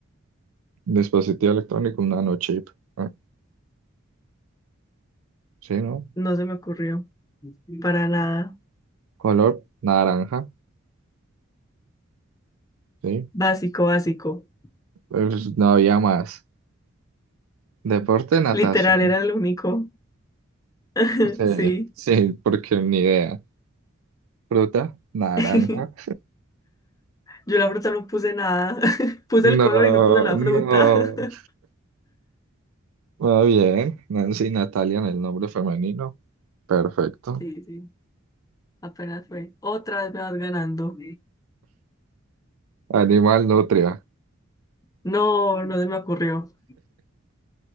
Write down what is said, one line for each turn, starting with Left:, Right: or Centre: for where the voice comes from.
Right: Dispositivo electrónico, un nanochip. Ah, Sí, ¿no?
Left: no se me ocurrió. Para nada.
Right: Color, naranja. Sí.
Left: Básico, básico.
Right: Pues no había más. Deporte, natación.
Left: Literal era el único. <laughs>
Right: Sí,
Left: Sí.
Right: <laughs> sí, porque ni idea. Fruta, naranja.
Left: <laughs> Yo la fruta no puse nada. <laughs> Puse
Right: No,
Left: el color y no puse la
Right: no.
Left: fruta. <laughs>
Right: Muy bien. Nancy Natalia en el nombre femenino. Perfecto.
Left: Sí, sí. Apenas fue. Otra vez me vas ganando.
Right: Animal, nutria.
Left: No, no se me ocurrió.